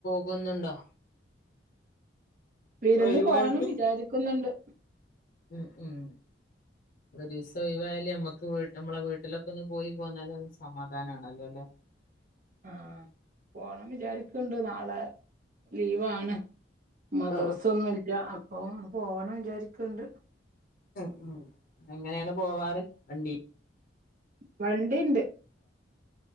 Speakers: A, on the left (about 50°); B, on the right (about 50°).
A: കുന്നുണ്ടോ
B: വിരുന്ന്
A: ഒഴിവായിട്ട്
B: പോണം വിചാരിക്കുന്നുണ്ട്
A: ഉം ഉം ഒരിസം ഒഴിവായാലെ അമ്മക്ക് നമ്മടെ വീട്ടിലൊക്കൊന്ന് പോയി പോന്നാലെ നമുക്ക് സമാധാനാണല്ലോ ലെ <inaudible>
B: ആഹ പോണം വിചാരിക്കണ്ട് നാളെ ലീവാണ് മദ്രസൊന്നുമില്ല
A: ഓഹ്
B: അപ്പൊ പോവമെന്നു വിചാരിക്കണ്ട്
A: ഉ ഉ എങ്ങനെയാണ് പോവാറ് വണ്ടി
B: വണ്ടിയുണ്ട്